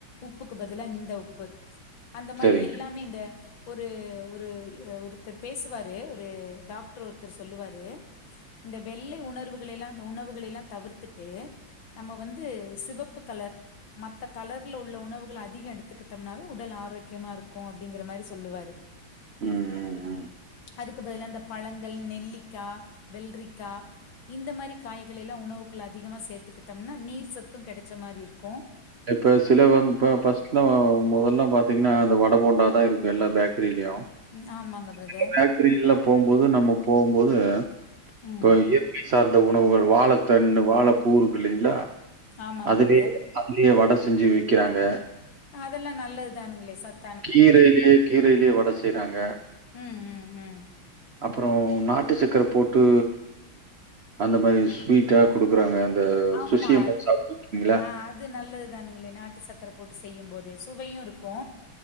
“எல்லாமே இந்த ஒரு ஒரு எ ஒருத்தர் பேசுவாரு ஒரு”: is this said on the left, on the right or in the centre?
Left